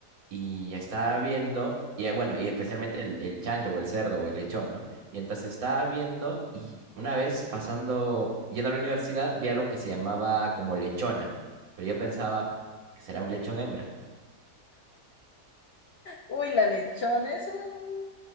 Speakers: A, on the right (about 60°); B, on the left (about 75°).
A: Y estaba viendo, y eh, bueno, y especialmente el, el chancho o el cerdo o el lechón, ¿no? Y entonces estaba viendo y una vez pasando, yendo a la universidad, vi algo que se llamaba como lechona. Pero yo pensaba que será un lechón hembra.
B: Uy, la lechona es un...